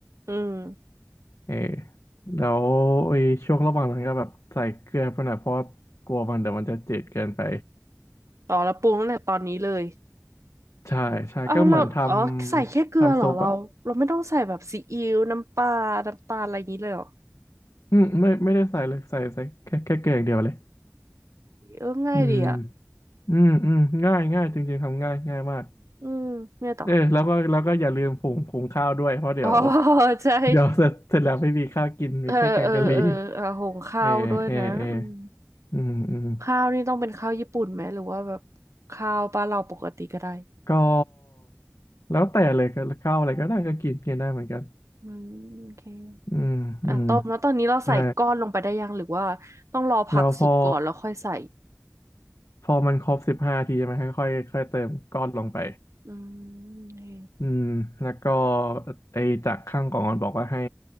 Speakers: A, on the right; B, on the left.
A: อืม
B: เออแล้วไอ้ช่วงระหว่างนั้นก็แบบใส่เกลือไปหน่อยเพราะกลัวมันเดี๋ยวมันจะจืดเกินไป
A: ต่อแล้วปรุงตั้งแต่ตอนนี้เลย
B: ใช่ใช่ก็เหมือนท
A: อ้าวเราอ๋อใส่แค่เกลือเหรอเราเราไม่ต้องใส่แบบซีอิ๊วน้ำปลาน้ำตาลอะไรอย่างนี้เลยเหรอ
B: ำทำซุปอ่ะอืมไม่ไม่ได้ใส่เลยใส่ใส่แค่แค่เกลืออย่างเดียวเลย
A: เออง่ายดีอ่ะ
B: อืมอืมอืมง่ายง่ายจริงๆทำง่ายง่ายมาก
A: อืมเนี่ยต่อ
B: เออแล้วก็แล้วก็อย่าลืมผงผงข้าวด้วยเพราะเดี๋ยว
A: อ๋อใช่
B: เดี๋ยว <laughs> เสร็จเสร็จแล้วไม่มีข้าวกินมีแค่แกงกะหรี่
A: เออเออเอออ่ะหุงข้าวด้วยนะอืม
B: เออเออเอออืมอืม
A: ข้าวนี่ต้องเป็นข้าวญี่ปุ่นไหมหรือว่าแบบข้าวบ้านเราปกติก็ได้
B: ก็แล้วแต่เลยก็ข้าวอะไรก็ได้ก็กินกินได้เหมือนกัน
A: อืมโอเค
B: อืมอืม
A: อ่ะต้มแล้วตอนนี้เราใส่ก้อนลงไปได้ยังหรือว่าต้องรอผักสุกก่อนแล้วค่อยใส่
B: ได้แล้วพอพอมันครบสิบห้าทีใช่ไหมค่อยๆค่อยเติมก้อนลงไป
A: อืมนี่
B: อืมแล้วก็ไอ้จากข้างกล่องมันบอกว่าให้